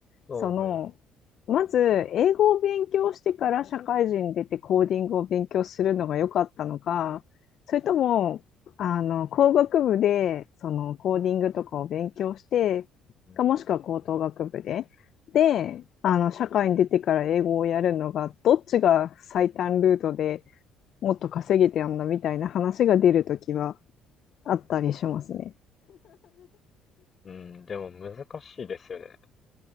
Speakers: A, on the left; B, on the left.
A: ああ、
B: その、
A: はい。
B: まず英語を勉強してから社会人出てコーディングを勉強するのが良かったのか、それとも、あの、工学部でそのコーディングとかを勉強して、
A: うん、
B: かもしくは高等学部で、で、あの、社会に出てから英語をやるのが、どっちが最短ルートで、もっと稼げてやんだみたいな話が出るときはあったりしますね。
A: うんでも難しいですよね。